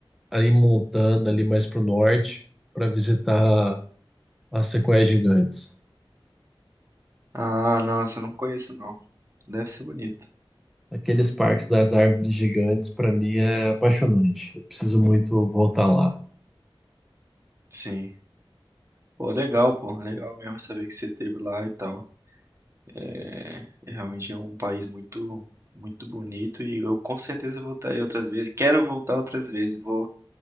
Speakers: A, in the centre; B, on the right.
A: ali em Montana, ali mais para o norte, para visitar as sequoias gigantes.
B: Ah, não, você não conheço, não. Deve ser bonito.
A: Aqueles parques das árvores gigantes, para mim, é apaixonante. Eu preciso muito voltar lá.
B: Sim. Pô, legal, pô. Legal mesmo saber que você esteve lá e tal. É, é realmente um país muito, muito bonito e eu com certeza voltarei outras vezes. Quero voltar outras vezes. Vou,